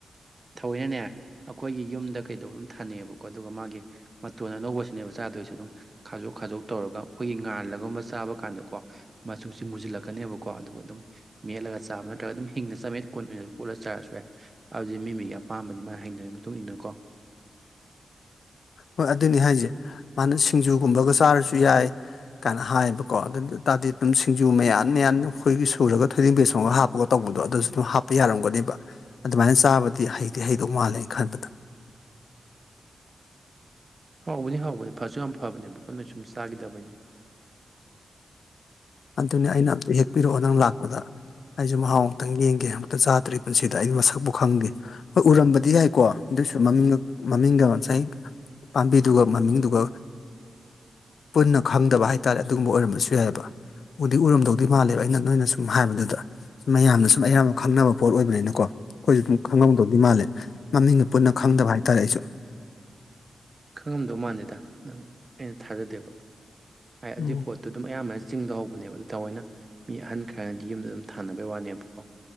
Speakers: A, on the right; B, on the left.
A: ꯊꯑꯣꯏꯅꯅꯦ ꯑꯩꯈꯣꯏꯒꯤ ꯌꯨꯝꯗ ꯀꯩꯗꯧꯕꯩ ꯑꯃ ꯊꯥꯅꯩꯑꯦꯕꯀꯣ ꯑꯗꯨꯒ ꯃꯥꯒꯤ ꯃꯇꯣꯟ ꯑꯅꯧꯕꯁꯤꯅꯦꯕ ꯆꯥꯗꯣꯏꯁꯦ ꯑꯗꯨꯝ ꯈꯥꯖꯣꯛ ꯈꯥꯖꯣꯛ ꯇꯧꯔꯒ ꯑꯩꯈꯣꯏꯒꯤ ꯉꯥꯜꯂꯒꯨꯝꯕ ꯆꯥꯕ ꯀꯥꯟꯗꯀꯣ ꯃꯆꯨꯁꯤ ꯃꯨꯁꯤꯜꯂꯛꯀꯅꯦꯕꯀꯣ ꯑꯗꯨꯒ ꯑꯗꯨꯝ ꯃꯦꯠꯂꯒ ꯆꯥꯕ ꯅꯠꯇ꯭ꯔꯒ ꯑꯗꯨꯝ ꯍꯤꯡꯅ ꯆꯥꯛ ꯈꯣꯠꯅ ꯈꯣꯠꯂ ꯆꯥꯔꯁꯨ ꯌꯥꯏ ꯑꯗꯨꯗꯤ ꯃꯤ ꯃꯤꯒꯤ ꯑꯄꯥꯝꯕꯅꯤ ꯃꯥ ꯍꯩꯅꯕꯒꯤ ꯃꯇꯨꯡ ꯏꯟꯅ ꯀꯣ
B: ꯍꯣꯏ ꯑꯗꯨꯅꯤ ꯍꯥꯏꯁꯦ ꯃꯥꯅ ꯁꯤꯡꯖꯨꯒꯨꯝꯕꯒ ꯆꯥꯔꯁꯨ ꯌꯥꯏ ꯀꯥꯏꯅ ꯍꯥꯏꯌꯦꯕꯀꯣ ꯑꯗꯨ ꯇꯥꯔꯗꯤ ꯑꯗꯨꯝ ꯁꯤꯡꯖꯨ ꯃꯌꯥꯟ ꯃꯌꯥꯟ ꯑꯩꯈꯣꯏꯒꯤ ꯁꯨꯔꯒ ꯊꯣꯏꯔꯡ ꯕꯦꯁꯣꯡꯒ ꯍꯥꯞꯄ ꯒ ꯇꯧꯕꯗꯣ ꯑꯗꯨꯁꯨ ꯑꯗꯨꯝ ꯍꯥꯞꯄ ꯌꯥꯔꯝꯒꯅꯦꯕ ꯑꯗꯨꯃꯥꯏꯅ ꯆꯥꯕꯗꯤ ꯍꯩꯗꯤ ꯍꯩꯗꯧ ꯃꯥꯜꯂꯦꯅ ꯈꯟꯕꯗ
A: ꯍꯧꯕꯅꯤ ꯍꯧꯕꯅꯤ ꯐꯁꯨ ꯌꯥꯝ ꯐꯕꯅꯦꯕꯀꯣ ꯅꯣꯏ ꯁꯨꯝ ꯆꯥꯈꯤꯗꯕꯅꯤ
B: ꯑꯗꯨꯅꯦ ꯑꯩꯅ ꯑꯝꯇ ꯍꯦꯛꯄꯤꯔꯛꯑꯣ ꯅꯪ ꯂꯥꯛꯄꯗ ꯑꯩꯁꯦ ꯃꯍꯥꯎ ꯑꯃꯨꯛꯇꯪ ꯌꯦꯡꯒꯦ ꯑꯃꯨꯛꯇ ꯆꯥꯗ꯭ꯔꯤ ꯄꯨꯟꯁꯤꯗ ꯑꯩ ꯃꯁꯛꯄꯨ ꯈꯪꯗꯦ ꯍꯣꯏ ꯎꯔꯝꯕꯗꯤ ꯌꯥꯏꯀꯣ ꯑꯗꯨꯏꯁꯨ ꯃꯃꯤꯡꯒ ꯃꯃꯤꯡꯒ ꯉꯁꯥꯏ ꯄꯥꯝꯕꯤꯗꯨꯒ ꯃꯃꯤꯡꯗꯨꯒ ꯄꯨꯟꯅ ꯈꯪꯗꯕ ꯍꯥꯏꯇꯥꯔꯦ ꯑꯗꯨꯒꯨꯝꯕ ꯑꯣꯏꯔꯝꯕꯁꯨ ꯌꯥꯏꯑꯦꯕ ꯎꯗꯤ ꯎꯔꯝꯗꯧꯗꯤ ꯃꯥꯜꯂꯦꯕ ꯑꯩꯅ ꯅꯣꯏꯅ ꯁꯨꯝ ꯍꯥꯏꯕꯗꯨꯗ ꯁ ꯃꯌꯥꯝꯅ ꯁꯨꯝ ꯑꯌꯥꯝꯕ ꯈꯪꯅꯕ ꯄꯣꯠ ꯑꯣꯏꯕꯅꯤꯅꯀꯣ ꯑꯩꯈꯣꯏꯁꯨ ꯑꯗꯨꯝ ꯈꯪꯍꯧꯗꯧꯗꯤ ꯃꯜꯂꯦ ꯃꯃꯤꯡꯒ ꯄꯨꯟꯅ ꯈꯪꯗꯕ ꯍꯥꯏꯇꯥꯔꯦ ꯑꯩꯁꯨ
A: ꯈꯪꯉꯝꯗꯧ ꯃꯥꯟꯗꯦꯗꯥ ꯅꯪ ꯑꯩꯅ ꯊꯥꯖꯗꯦꯕ ꯍꯥꯏ ꯑꯗꯨꯏ
B: ꯎꯝ
A: ꯄꯣꯠ ꯑꯗꯨꯝ ꯑꯌꯥꯝꯕꯅ ꯆꯤꯡꯗ ꯍꯧꯕꯅꯦꯕ ꯑꯗꯨ ꯊꯑꯣꯏꯅ ꯃꯤ ꯑꯍꯟ ꯈꯔꯅꯗꯤ ꯌꯨꯝꯗ ꯑꯗꯨꯝ ꯊꯥꯅꯕꯩ ꯋꯥꯅꯦꯕꯀꯣ